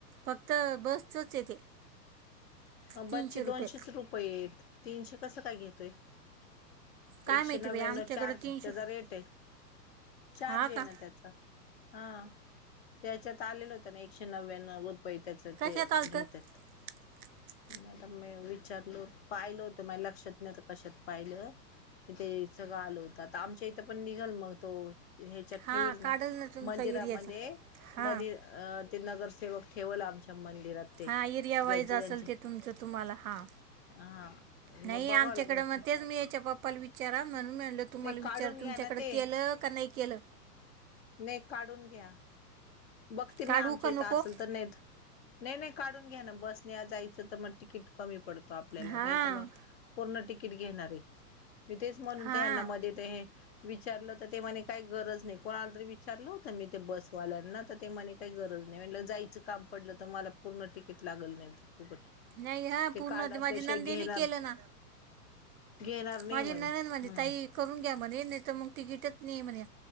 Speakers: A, on the right; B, on the left.
A: फक्त बसचच येते.
B: अ
A: तीनशे
B: बच्चे
A: रुपये
B: दोनशेच रुपये आहेतेत तीनशे कसं काय घेतोय.
A: काय
B: एकशे
A: माहिती
B: नव्याण्णव
A: बाई आमच्याकडं
B: चार्ज
A: तीनशे
B: त्याचा रेट आहे. चार्ज
A: हा
B: ये
A: का
B: ना त्याचा हा. त्याच्यात आलेलं होतं ना एकशे नव्याण् रुपये त्याच
A: कशात
B: ते
A: आलं
B: घेतात.
A: तर <inaudible>
B: आता म विचारलो पाहिलं होत मा लक्षात नाही तर कशात पाहिलं. मी ते सगळं आलो होतं आता आमच्या इथं पण निघाल मग तो ह्याच्यात
A: हां
B: ठेवल ना.
A: काढल तुमचा
B: मंदिरामध्ये
A: एरियाचा हां
B: मध ते नगरसेवक ठेवल आमच्या. मंदिरात ते
A: हां एरिया वाईज
B: जचे
A: असेल
B: जचे
A: ते तुमचं तुम्हाला हां
B: हा
A: नाही
B: मग बघावं
A: आमच्याकडे
B: लागल
A: मग तेच मी याच्या पप्पाला विचारा म्हणून.
B: नाही
A: तुम्हाला विचार
B: काढून घ्या
A: तुमच्याकडें
B: ना ते
A: केलं का नाही केलं.
B: नाही काढून घ्या. बघते मी
A: काढू
B: आमच्या
A: का नको
B: इथं असेल तर नाहीत नाही नाही काढून घ्या ना बस नाही जायचं तर मग तिकीट. कमी पडतो आपल्याला
A: हां
B: नाही तर मग पूर्ण तिकीट घेणार आहेत मी तेच म्हणून
A: हां
B: ते त्यांना मध्ये. ते विचारलं तर ते म्हणे काही गरज नाही कोणाला तरी विचारलं होत मी ते बसवाल्यांना. ते मणे काही गरज नाही म्हण जायचं काम पडलं तर मला पूर्ण तिकीट लागल नाही तर फुकट.
A: नाही हा
B: ते
A: पूर्ण
B: कार्ड
A: होती
B: असल्याशिवाय
A: माझी नंदेनी
B: घेणार
A: केलं ना?
B: घेणार नाही
A: माझी ननंद
B: हम्म
A: म्हणे ताई करून घ्या म्हणे नाही तर मग तिकीटच नाही म्हणे?